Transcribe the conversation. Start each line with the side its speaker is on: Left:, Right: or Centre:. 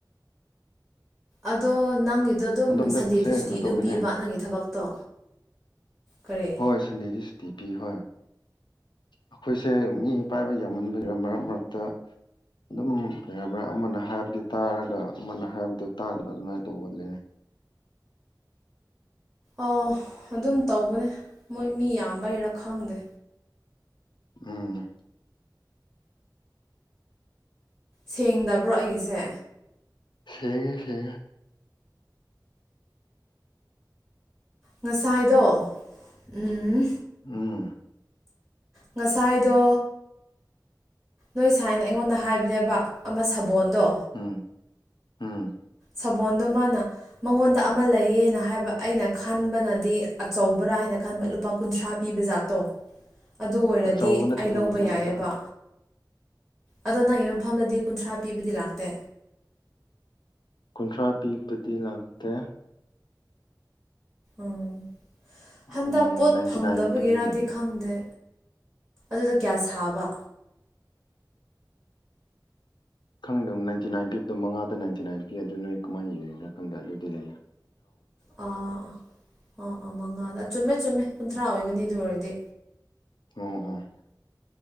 Right: ꯑꯗꯣ ꯅꯪꯒꯤꯗꯣ ꯑꯗꯨꯝ
Left: ꯑꯗꯣ ꯍꯟꯗꯛꯁꯦ
Right: ꯁꯟꯗꯦꯗꯨ ꯁꯨꯇꯤ
Left: ꯀꯩꯅꯣ
Right: ꯑꯗꯨꯝ
Left: ꯇꯧꯋꯦꯅꯦ
Right: ꯄꯤꯕ ꯅꯪꯒꯤ ꯊꯕꯛꯇꯣ ꯀꯔꯤ
Left: ꯍꯣꯏ ꯁꯟꯗꯦꯗꯤ ꯁꯨꯇꯤ ꯄꯤ ꯍꯣꯏ ꯑꯩꯈꯣꯏꯁꯦ ꯃꯤ ꯄꯥꯏꯕ ꯌꯥꯝꯃꯟꯕ ꯃꯔꯛ ꯃꯔꯛꯇ ꯑꯗꯨꯝ ꯀꯩ ꯍꯥꯏꯕ꯭ꯔꯥ ꯑꯃꯅ ꯍꯥꯏꯕꯗꯤ ꯇꯥꯔꯒ ꯑꯃꯅ ꯍꯥꯏꯕꯗꯨ ꯇꯥꯗꯕ ꯑꯗꯨꯃꯥꯏꯅ ꯇꯧꯕ ꯂꯩꯌꯦ
Right: ꯑ ꯑꯗꯨꯝ ꯇꯧꯕꯅꯦ ꯃꯣꯏ ꯃꯤ ꯌꯥꯝꯕꯩꯔꯥ ꯈꯪꯗꯦ
Left: ꯎꯝ <inaudible>
Right: ꯁꯦꯡꯗꯕ꯭ꯔꯣ ꯑꯩꯒꯤꯁꯦ
Left: ꯁꯤꯉ ꯁꯤꯉ
Right: ꯉꯁꯥꯏꯗꯣ ꯎꯝ
Left: ꯎꯝ
Right: ꯉꯁꯥꯏꯗ ꯅꯣꯏ ꯁꯥꯏꯅ ꯑꯩꯉꯣꯟꯗ ꯍꯥꯏꯕꯅꯦꯕ ꯑꯃ ꯁꯥꯕꯣꯟꯗꯣ
Left: ꯎꯝ ꯎꯝ <inaudible>
Right: ꯁꯥꯕꯣꯣꯟꯗꯣ ꯃꯥꯅ ꯃꯉꯣꯟꯗ ꯑꯃ ꯂꯩꯌꯦꯅ ꯍꯥꯏꯕ ꯑꯩꯅ ꯈꯟꯕꯅꯗꯤ ꯑꯆꯧꯕ꯭ꯔꯥ ꯍꯥꯏꯅ ꯈꯟꯕ ꯂꯨꯄꯥ ꯀꯨꯟꯊ꯭ꯔꯥ ꯄꯤꯕ ꯖꯥꯠꯇꯣ ꯑꯗꯨ ꯑꯣꯏꯔꯗꯤ
Left: ꯑꯆꯧꯕ ꯅꯠꯇꯦꯗ
Right: ꯑꯩ ꯂꯧꯕ
Left: ꯃꯆꯥ
Right: ꯌꯥꯏꯑꯕ
Left: ꯃꯆꯥ
Right: ꯑꯗꯣ ꯅꯪꯒꯤ ꯃꯐꯝꯗꯗꯤ ꯀꯨꯟꯊ꯭ꯔꯥ ꯄꯤꯕꯗꯤ ꯂꯥꯛꯇꯦ
Left: ꯀꯨꯟꯊ꯭ꯔꯥ ꯄꯤꯕꯗꯤ ꯂꯥꯛꯇꯦ
Right: ꯎꯝ ꯍꯟꯗꯛ
Left: ꯎꯝ
Right: ꯄꯣꯠ
Left: ꯅꯥꯏꯟꯇꯤ
Right: ꯐꯪꯗꯕꯒꯤꯔꯗꯤ
Left: ꯅꯥꯏꯟ ꯄꯤꯕ ꯂꯩꯕꯅꯦ
Right: ꯈꯪꯗꯦ ꯑꯗꯨꯗ ꯀꯌꯥ ꯁꯥꯕ
Left: ꯈꯪꯗꯕꯣ ꯏꯟꯇꯤ ꯅꯥꯟ ꯄꯤꯕꯗꯣ ꯃꯉꯥꯗ ꯅꯥꯏꯟꯤ ꯅꯥꯏꯟ ꯄꯤ ꯅꯅ ꯀꯃꯥꯏꯅ ꯌꯦꯡꯅꯒ ꯈꯪꯗ ꯑꯗꯨꯗꯤ ꯂꯩꯔꯦ
Right: ꯑꯥ ꯑꯥ ꯑꯥ ꯃꯉꯥꯗ ꯆꯨꯝꯃꯦ ꯆꯨꯝꯃꯦ ꯀꯨꯟꯊ꯭ꯔꯥ ꯑꯣꯏꯒꯅꯤ ꯑꯗꯨ ꯑꯣꯏꯔꯗꯤ
Left: ꯑꯝ ꯑ <inaudible>